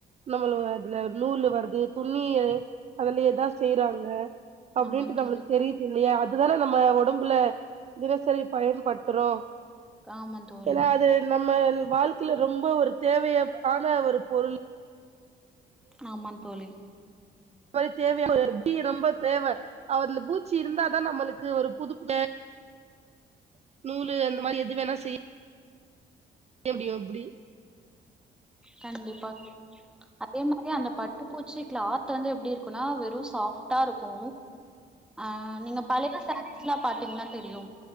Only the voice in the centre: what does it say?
ஆமா
தோழி
ஆமா தோழி
ஆமா தோலி
கண்டிப்பா <unintelligible> அதே மாரி அந்த பட்டு பூச்சி கிளாத் வந்து எப்டியிருக்குனா வெறும் சாஃப்டா இருக்கோ ஆ நீங்க பழய சா ஸ்ல்லா பாதீங்னா தெரியோ